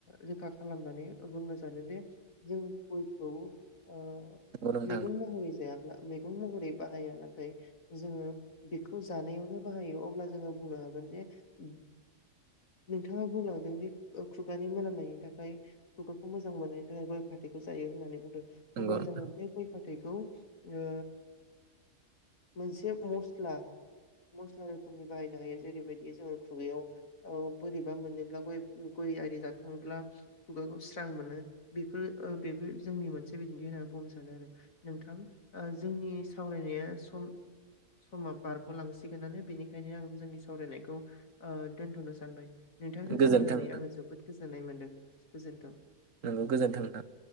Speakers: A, on the left; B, on the right.
A: रोखा खालामनानै बुंनो सानो जे जों गयखौ ओ
B: नंगौ नोंथां
A: मैगं महरै जायाब्ला मैगं महरै बाहाया नाथाय जोङो बेखौ जानायावनो बाहायो अब्ला जोङो बुंनो हागोन जे <inaudible> नोंथाङा बुंलांदों जे खुगानि मोनामनायनि थाखाय खुगाखौ मोजां मोननायनि थाखाय गय फाथैखौ जायो होननानै बुंदों
B: नंगौ
A: अब्ला
B: नोंथां।
A: जोङो बे गय फा थैखौ ओ मोनसे मस्ला मस्ला रो <unintelligible> बाहायनो हायो जेरैबायदि जोङो खुगायाव औ बोरैबा मोनोब्ला गय गय आरि जाखांब्ला खुगाखौ स्रां मोनो बेफोर ओ बेबो जोंनि मोनसे बिदिन्थि होननानै बुंनो सानो आरो नोंथां जोंनि सावरायनाया सम समा बारगलांसिगोनानो बेनि खायनो आं जोंनि सावरायनायखौ ओ दोन्थनो सानबाय। नोंथांजों
B: गोजोन्थों
A: सावरायनानै
B: नोंथां
A: आङो जोबोद गोजो नाय मोन्दों गोजोन्थों।
B: नोंगौ गोजोन्थों नोंथां